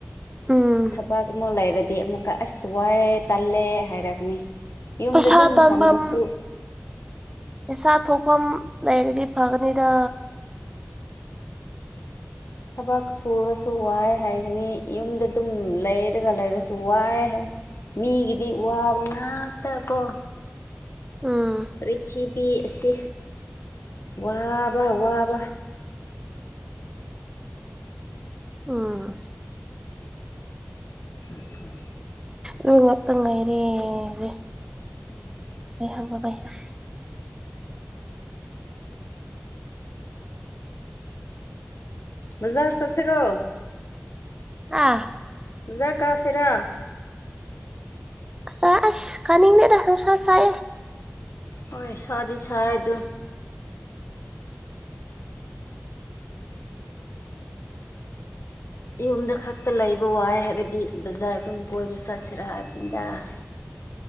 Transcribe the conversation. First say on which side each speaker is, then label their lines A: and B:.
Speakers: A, on the right; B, on the left.
A: ꯎꯝ
B: ꯊꯕꯛ ꯑꯃꯨꯛ ꯂꯩꯔꯗꯤ ꯑꯃꯨꯛꯀ ꯑꯁ ꯋꯥꯏꯌꯦ ꯇꯜꯂꯦ ꯍꯥꯏꯔꯛꯒꯅꯤ ꯌꯨꯝꯗ
A: ꯄꯩꯁꯥ
B: ꯑꯗꯨꯝ
A: ꯇꯥꯟꯐꯝ
B: ꯐꯝꯔꯥꯁꯨ
A: ꯄꯩꯁꯥ ꯊꯣꯛꯐꯝ ꯂꯩꯔꯗꯤ ꯐꯒꯅꯤꯗ
B: ꯊꯕꯛ ꯁꯨꯔꯁꯨ ꯋꯥꯏ ꯍꯥꯏꯒꯅꯤ ꯌꯨꯝꯗ ꯑꯗꯨꯝ ꯂꯩꯔꯒ ꯂꯩꯔꯁꯨ ꯋꯥꯏ ꯍꯥꯏ ꯃꯤꯒꯤꯗꯤ ꯋꯥꯕ ꯉꯥꯛꯇ ꯀꯣ
A: ꯎꯝ
B: ꯄ꯭ꯔꯤꯊꯤꯕꯤ ꯑꯁꯤ ꯋꯥꯕ ꯋꯥꯕ
A: ꯎꯝ꯫
B: <inaudible>
A: ꯑꯗꯨ ꯉꯥꯛꯇ ꯉꯥꯏꯔꯦꯅꯦ
B: ꯎꯝ꯫
A: ꯂꯩꯍꯧ ꯕꯕꯥꯏꯍꯦ
B: ꯕꯖꯥꯔ ꯆꯠꯁꯤꯔꯣ
A: ꯑꯥ
B: ꯕꯖꯥꯔ ꯀꯥꯁꯤꯔꯥ
A: ꯑ ꯑꯁ ꯀꯥꯅꯤꯡꯗꯦꯗ ꯅꯨꯡꯁꯥ ꯁꯥꯏꯌꯦ
B: ꯍꯣꯏ ꯁꯥꯗꯤ ꯁꯥꯏ ꯑꯗꯨꯝ ꯌꯨꯝꯗ ꯈꯛꯇ ꯂꯩꯕ ꯋꯥꯏ ꯍꯥꯏꯔꯗꯤ ꯕꯖꯥꯔ ꯑꯗꯨꯝ ꯀꯣꯏꯕ ꯆꯠꯁꯤꯔꯥ ꯍꯥꯏꯕꯅꯤꯗ